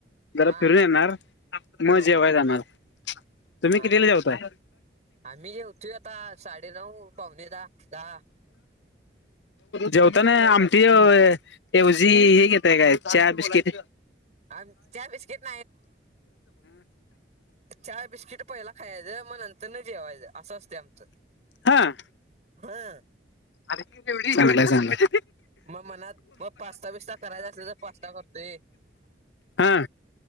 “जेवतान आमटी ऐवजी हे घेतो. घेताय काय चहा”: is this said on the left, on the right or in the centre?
Left